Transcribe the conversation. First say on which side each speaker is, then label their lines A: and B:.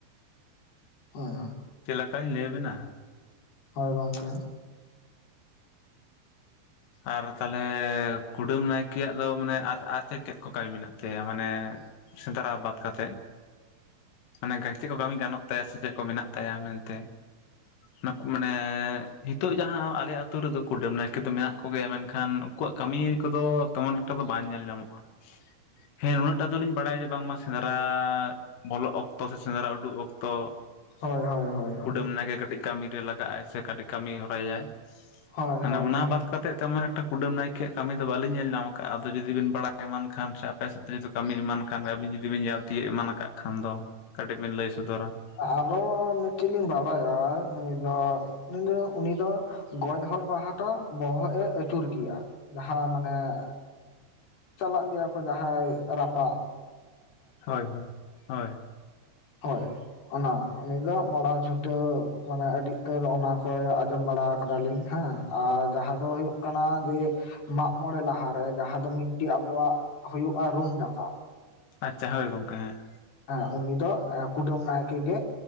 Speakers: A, on the left (about 80°); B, on the left (about 60°).
A: ᱦᱚᱭ
B: ᱪᱮᱜ ᱞᱮᱠᱟᱧ ᱞᱟᱹᱭ ᱟᱵᱮᱱᱟ ᱾
A: ᱦᱳᱭ ᱜᱚᱝᱠᱮ
B: ᱟᱨ ᱛᱟᱞᱦᱮ ᱠᱩᱰᱟᱹᱢ ᱱᱟᱭᱠᱮᱭᱟᱜ ᱫᱚ ᱢᱟᱱᱮ ᱟᱨ ᱪᱮᱜ ᱪᱮᱜ ᱠᱚ ᱠᱟᱹᱢᱤ ᱢᱮᱱᱟᱜ ᱛᱟᱭᱟ ᱢᱟᱱᱮᱼᱼ ᱥᱮᱸᱫᱽᱨᱟ ᱵᱟᱫ ᱠᱟᱛᱮᱜ ᱢᱟᱱᱮ ᱜᱟᱹᱭᱛᱤ ᱠᱚ ᱠᱟᱹᱢᱤ ᱜᱟᱱᱚᱜᱼᱼ ᱛᱟᱭᱟ ᱥᱮ ᱪᱮᱜ ᱠᱚ ᱢᱮᱱᱟᱜ ᱛᱟᱭᱟ ᱢᱮᱱᱛᱮ᱾ ᱱᱩᱠ ᱢᱟᱱᱮ ᱦᱤᱛᱚᱜ ᱡᱟᱦᱟᱸ ᱟᱞᱮ ᱟᱹᱛᱩ ᱨᱮᱫᱚ ᱠᱩᱰᱟᱹᱢ ᱱᱟᱭᱠᱮ ᱫᱚ ᱢᱮᱱᱟᱜᱼᱼ ᱠᱩᱜᱮᱭᱟ ᱢᱮᱱᱠᱷᱟᱱ ᱩᱱᱠᱩᱣᱟᱜ ᱠᱟᱹᱢᱤ ᱠᱚᱫᱚ ᱛᱚᱢᱚᱱᱮᱠᱴᱟ ᱫᱚ ᱵᱟᱝ ᱧᱮᱞ ᱧᱟᱢᱚᱜᱼᱟ᱾ ᱦᱮᱸ ᱱᱟᱹᱜᱴᱟᱜ ᱫᱚᱞᱤᱧ ᱵᱟᱲᱟᱭᱟ ᱡᱮ ᱵᱟᱝᱢᱟ ᱥᱮᱸᱫᱽᱨᱟᱼᱼ ᱵᱚᱞᱚᱜ ᱚᱠᱛᱚ ᱥᱮ ᱥᱮᱸᱫᱽᱨᱟ ᱩᱰᱩᱠ ᱚᱠᱛᱚ
A: ᱦᱳᱭ
B: ᱾
A: ᱦᱳᱭ ᱦᱳᱭ ᱦᱳᱭ
B: ᱠᱩᱰᱟᱹᱢ ᱱᱟᱭᱠᱮ ᱠᱟᱹᱴᱤᱡ ᱠᱟᱹᱢᱤ ᱨᱮ ᱞᱟᱜᱟᱜᱼᱟᱭ ᱥᱮ ᱠᱟᱹᱴᱤᱡ ᱠᱟᱹᱢᱤ ᱦᱚᱨᱟᱭᱟᱭ ᱾ <inaudible>
A: ᱦᱳᱭ
B: ᱢᱟᱱᱮ
A: ᱦᱳᱭ
B: ᱚᱱᱟ
A: ᱦᱳᱭ
B: ᱵᱟᱫ ᱾ ᱠᱟᱛᱮᱫ ᱛᱮᱢᱚᱱ ᱮᱠᱴᱟ ᱠᱩᱰᱟᱹᱢ ᱱᱟᱭᱠᱮᱭᱟᱜ ᱠᱟᱹᱢᱤ ᱫᱚ ᱵᱟᱞᱤᱧ ᱧᱮᱞ ᱧᱟᱢ ᱟᱠᱟᱜ ᱟᱫᱚ ᱡᱩᱫᱤ ᱵᱤᱱ ᱵᱟᱲᱟᱭ ᱮᱢᱟᱱ ᱠᱷᱟᱱ ᱥᱟᱵ ᱾ ᱟᱯᱮ <unintelligible> ᱠᱟᱹᱢᱤ ᱮᱢᱟᱱ ᱠᱟᱱ ᱜᱮ ᱟᱹᱵᱤᱱ ᱡᱩᱫᱤ ᱵᱤᱱ ᱧᱮᱞ ᱛᱤᱭᱳᱜ ᱮᱢᱟᱱ ᱟᱠᱟᱫ ᱠᱷᱟᱱ ᱫᱚ ᱠᱟᱹᱴᱤᱡ ᱵᱤᱱ ᱞᱟᱹᱭ ᱥᱚᱫᱚᱨᱟ ᱾
A: ᱟᱨᱚ ᱢᱤᱫᱴᱤᱡ ᱞᱤᱧ ᱵᱟᱲᱟᱭᱟ ᱱᱩᱭ ᱫᱚ ᱩᱱᱤ ᱫᱚ ᱩᱱᱤ ᱫᱚ᱾ ᱜᱚᱡ ᱦᱚᱲ ᱵᱟᱦᱟᱴᱟ ᱵᱚᱦᱚᱜ ᱮ ᱟᱹᱪᱩᱨ ᱜᱮᱭᱟ ᱡᱟᱦᱟᱸ ᱢᱟᱱᱮ ᱾ ᱪᱟᱞᱟᱜ ᱜᱮᱭᱟ ᱠᱚ ᱡᱟᱦᱟᱸᱭ ᱨᱟᱯᱟᱜ ᱾
B: ᱦᱳᱭ ᱦᱳᱭ ᱦᱳᱭ ᱾
A: ᱦᱳᱭ ᱾ ᱚᱱᱟ ᱩᱱᱤ ᱫᱚ ᱢᱟᱲᱟ ᱪᱷᱩᱴᱟᱹᱣ ᱢᱟᱱᱮ ᱟᱹᱰᱤ ᱩᱛᱟᱹᱨ ᱚᱱᱟ ᱠᱚ ᱟᱸᱡᱚᱢ ᱵᱟᱲᱟ ᱠᱟᱫᱟ ᱞᱤᱧ ᱦᱮᱸ ᱾ ᱟᱨ ᱡᱟᱦᱟᱸ ᱫᱚ ᱦᱩᱭᱩᱜ ᱠᱟᱱᱟ ᱡᱮ ᱾ ᱢᱟᱜ ᱢᱚᱬᱮ ᱞᱟᱦᱟᱨᱮ ᱡᱟᱦᱟᱸ ᱫᱚ ᱢᱤᱫ ᱴᱤᱡ ᱟᱵᱚᱣᱟᱜ ᱦᱩᱭᱩᱜᱼᱟ ᱨᱩᱢ ᱰᱟᱠᱟᱣ ᱾
B: ᱟᱪᱪᱷᱟ ᱦᱳᱭ ᱜᱚᱝᱠᱮ ᱦᱮᱸ ᱾
A: ᱦᱮᱸ ᱩᱱᱤ ᱫᱚ ᱮᱸ ᱠᱩᱰᱟᱹᱢ ᱱᱟᱭᱠᱮ ᱜᱮ